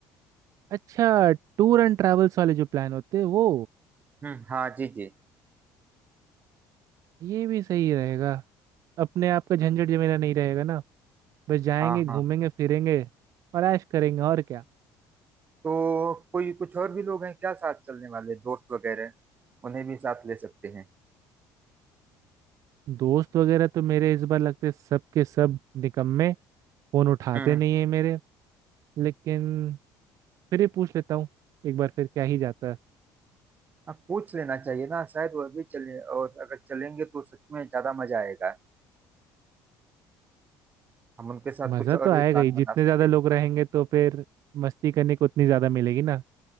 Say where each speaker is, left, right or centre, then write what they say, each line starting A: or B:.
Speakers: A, on the right (about 50°); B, on the right (about 25°).
A: अच्छा टूर एंड ट्रैवल्स वाले जो प्लान होते हैं वो
B: हम्म हाँ जी जी
A: ये भी सही रहेगा अपने आप का झंझट जमेला नहीं रहेगा ना बस जाएंगे
B: हाँ
A: घूमेंगे
B: हाँ
A: फिरेंगे और ऐश करेंगे और क्या
B: तो कोई कुछ और भी लोग हैं क्या साथ चलने वाले दोस्त वगैरह उन्हें भी साथ ले सकते हैं
A: दोस्त वगैरह तो मेरे इस बार लगते सब के सब निकम्मे फोन उठाते
B: हम्म
A: नहीं है मेरे लेकिन फिर ही पूछ लेता हूँ एक बार फिर क्या ही जाता है
B: आप पूछ लेना चाहिए ना शायद वह भी चले और अगर चलेंगे तो सच में ज्यादा मजा आएगा हम उनके साथ
A: मज़ा
B: कुछ और
A: तो आएगा
B: भी प्लान
A: ही जितने
B: बना सकते
A: ज़्यादा
B: हैं
A: लोग रहेंगे तो फिर मस्ती करने को उतनी ज़्यादा मिलेगी ना